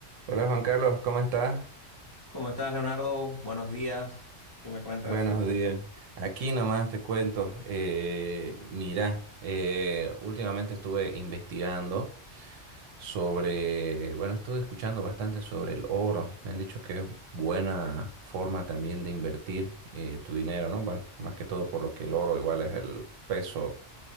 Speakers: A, on the right; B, on the left.
A: Hola Juan Carlos, ¿cómo estás?
B: ¿Cómo estás, Leonardo? Buenos días. ¿Qué me cuentas?
A: Buenos días. Aquí nomás te cuento, eh, mira, eh, últimamente estuve investigando sobre, bueno, estuve escuchando bastante sobre el oro. Me han dicho que es buena forma también de invertir eh, tu dinero, ¿no? Bueno, más que todo por lo que el oro igual es el peso.